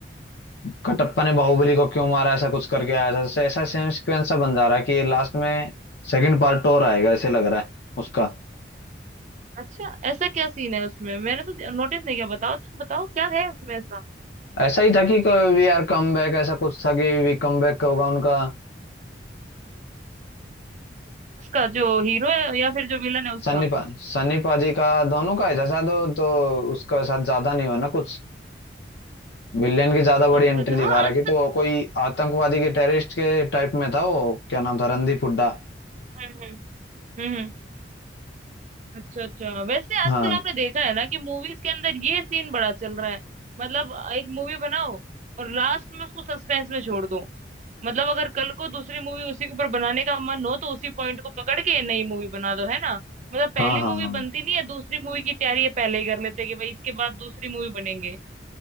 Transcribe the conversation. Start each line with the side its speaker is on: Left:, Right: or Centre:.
Left: कटप्पा ने बाहुबली को क्यों मारा ऐसा कुछ करके आया था ऐसा ऐसा सेम सिक्वेंस सा बन जा रहा है कि ये लास्ट में सेकंड पार्ट और आएगा ऐसे लग रहा है उसका
Right: अच्छा ऐसा क्या सीन है उसमें मैंने तो नोटिस नहीं किया बताओ तुम बताओ क्या है उसमें ऐसा
Left: ऐसा ही था कि वी आर कम बैक ऐसा कुछ था कि वी कम बैक होगा उनका
Right: उसका जो हीरो है या फिर जो विलन है उसका
Left: सन्नी पा सन्नी पाजी का दोनों का ही था शायद वो, तो उसका साथ ज्यादा नहीं हुआ ना कुछ विलेन की ज्यादा बड़ी
Right: अच्छा
Left: एंट्री
Right: अच्छा
Left: दिखा
Right: हाँ आजकल
Left: रखी तो वो कोई आतंकवादी के टेररिस्ट के टाइप में था वो क्या नाम था रणदीप हुड्डा
Right: हम्म हम्म हम्म, हम्म। अच्छा अच्छा वैसे आजकल
Left: हाँ
Right: आपने देखा है ना कि मूवीज के अंदर ये सीन बड़ा चल रहा है मतलब एक मूवी बनाओ और लास्ट में उसको सस्पेंस में छोड़ दो मतलब अगर कल को दूसरी मूवी उसी के ऊपर बनाने का मन हो तो उसी पॉइंट को पकड़ के नई मूवी बना दो है ना मतलब पहली
Left: हाँ हाँ
Right: मूवी बनती नहीं है दूसरी मूवी की तैयारी ये पहले ही कर लेते हैं कि भाई इसके बाद दूसरी मूवी बनेंगे